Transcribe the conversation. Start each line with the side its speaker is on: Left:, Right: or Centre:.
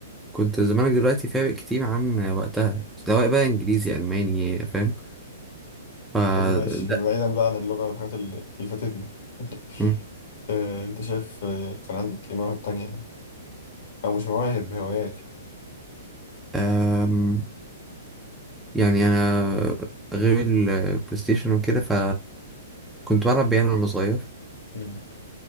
Centre: كنت زمانك دلوقتي فارق كتير عن وقتها سواء بقى انجليزي الماني فاهم ف
Left: طب ماشي
Centre: ده
Left: بعيدا بقى عن اللغة والحاجات اللي اللي فاتتني <laughs>
Centre: مم.
Left: آه، انت شايف آه، كان عندك ايه مواهب تانية يعني؟ او مش مواهب هوايات
Centre: أم، يعني انا غير البلاي ستيشن وكده ف كنت بلعب بيانو وانا صغير
Left: <laughs> مم.